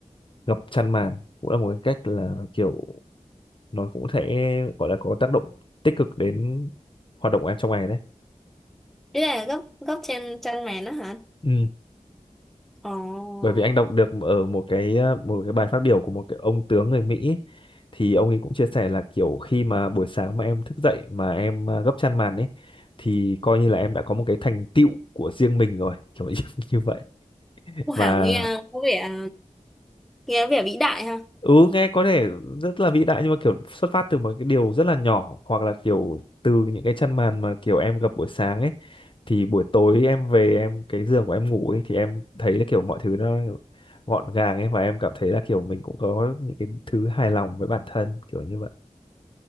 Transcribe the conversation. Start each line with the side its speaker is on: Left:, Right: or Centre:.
Left: gập chăn màn cũng là một cái cách là kiểu nó cũng sẽ gọi là có tác động tích cực đến hoạt động của em trong ngày đấy
Centre: Thế là góc góc trên chân màn đó hả?
Left: Ừ.
Centre: Ồ.
Left: bởi vì anh đọc được ở một cái ờ, một cái bài phát biểu của một cái ông tướng người Mỹ thì ông ấy cũng chia sẻ là kiểu khi mà buổi sáng mà em thức dậy mà em ờ, gấp chăn màn ấy thì coi như là em đã có một cái thành tựu của riêng mình rồi kiểu như, <laughs> như vậy
Centre: Wow,
Left: và
Centre: nghe có vẻ nghe có vẻ vĩ đại ha.
Left: ừ nghe có thể rất là vĩ đại nhưng mà kiểu xuất phát từ một cái điều rất là nhỏ hoặc là kiểu từ những cái chăn màn mà kiểu em gặp buổi sáng ấy thì buổi tối em về em cái giường của em ngủ ấy thì em thấy là kiểu mọi thứ nó gọn gàng ấy và em cảm thấy là kiểu mình cũng có những cái thứ hài lòng với bản thân kiểu như vậy